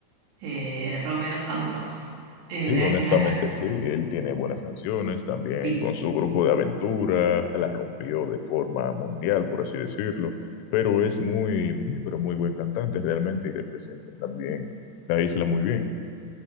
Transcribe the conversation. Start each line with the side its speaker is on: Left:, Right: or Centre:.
Right: Eh, Romeo Santos. Eh,
Left: Sí,
Right: me dan
Left: honestamente
Right: ganas.
Left: sí, él tiene buenas canciones también
Right: sí.
Left: con su grupo de aventura, la rompió de forma mundial, por así decirlo, pero es muy, muy, pero muy buen cantante realmente y representa también la isla muy bien.